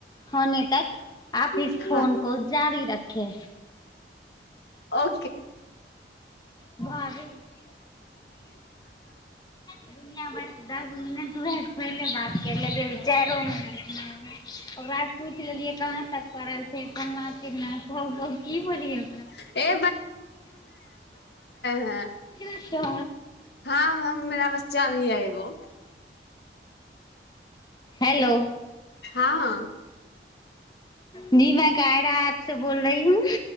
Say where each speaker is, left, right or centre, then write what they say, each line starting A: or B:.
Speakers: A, on the left; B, on the left.
A: होने तक आ इस
B: हाँ
A: फोन कॉ जारी रखे
B: ओ <unintelligible>
A: भाभी दुनिआ भरि दस मिनट वए पहिले बात करि लेलै चारिो मिनटमे ओकास पूछि लेलियै कहाँ तक पड़ल छै फलना फिलना छो ब की बोलियौ
B: <unintelligible> ह हँ
A: अछा
B: हँ हम मेरा बच्चा भी है एगो
A: हेलो
B: हँ
A: जी मैं कायराा प से बोल रही हूँ